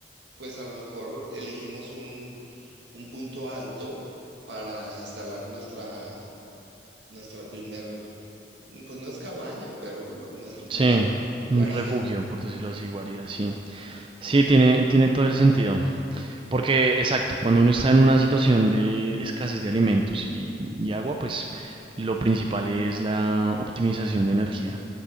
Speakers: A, on the right (about 75°); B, on the right (about 30°).
A: pues a lo mejor elegimos un, un punto alto para instalar nuestra nuestra primer, pues no es cabaña, pero lo- nuestra primer
B: Sí,
A: guarida.
B: un refugio, por decirlo así, guarida, sí. Sí, tiene, tiene todo el sentido. Porque, exacto, cuando uno está en una situación de escasez de alimentos y, y agua, pues lo principal es la optimización de energía.